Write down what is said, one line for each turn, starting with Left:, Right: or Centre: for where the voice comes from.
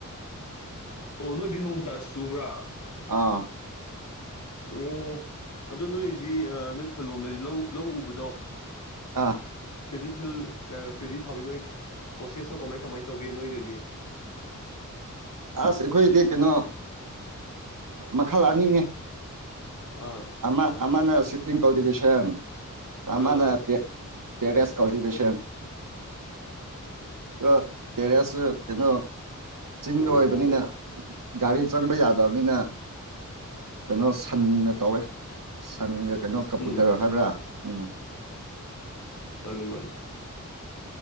Left: ꯑꯣ ꯅꯣꯏꯗꯤ ꯅꯣꯡꯇ ꯁꯨꯕ꯭ꯔꯥ꯫
Right: ꯑꯥ꯫
Left: ꯑꯣ ꯑꯗꯨ ꯅꯣꯏꯗꯤ ꯅꯣꯏ ꯈꯨꯂꯣꯝꯗ ꯂꯧ ꯂꯧ ꯎꯕꯗꯣ꯫
Right: ꯑꯥ꯫
Left: ꯄꯦꯗꯤ ꯐꯤꯜ ꯄꯦꯗꯤ ꯊꯥꯕꯗ ꯅꯣꯏ ꯄ꯭ꯔꯣꯁꯦꯁꯇꯣ ꯀꯃꯥꯏ ꯀꯃꯥꯏꯅ ꯇꯧꯒꯦ ꯅꯣꯏꯗꯗꯤ꯫
Right: ꯑꯁ ꯑꯩꯈꯣꯏꯗꯤ ꯀꯩꯅꯣ ꯃꯈꯜ ꯑꯅꯤꯅꯦ꯫
Left: ꯑꯥ꯫
Right: ꯑꯃ ꯑꯃꯅ ꯁꯤꯇꯤꯡ ꯀꯜꯇꯤꯚꯁꯟ ꯑꯃꯅ__
Left: ꯑꯥ
Right: ꯇꯦꯔꯦꯁ ꯀꯜꯇꯤꯚꯦꯁꯟ꯫ ꯑ ꯇꯦꯔꯦꯁ ꯀꯩꯅꯣ ꯆꯤꯡꯗ
Left: ꯑꯣ
Right: ꯑꯣꯏꯕꯅꯤꯅ꯫ ꯒꯥꯔꯤ ꯆꯪꯕ ꯌꯥꯗꯕꯅꯤꯅ ꯀꯩꯅꯣ ꯁꯟꯅ ꯇꯧꯋꯦ꯫ ꯁꯪꯒ ꯀꯩꯅꯣ ꯀꯄꯨꯇꯔ
Left: ꯎꯝ
Right: ꯍꯥꯏꯕ꯭ꯔꯥ꯫ ꯎꯝ
Left: ꯃꯥꯅꯤ ꯃꯥꯅꯤ꯫